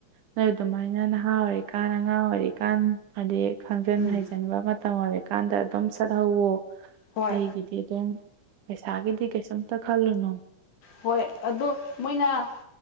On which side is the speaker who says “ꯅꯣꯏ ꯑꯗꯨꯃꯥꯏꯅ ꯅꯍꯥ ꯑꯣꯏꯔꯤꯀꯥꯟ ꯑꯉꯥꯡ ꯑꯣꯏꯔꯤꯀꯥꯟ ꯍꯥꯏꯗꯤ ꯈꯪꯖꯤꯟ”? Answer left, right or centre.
Right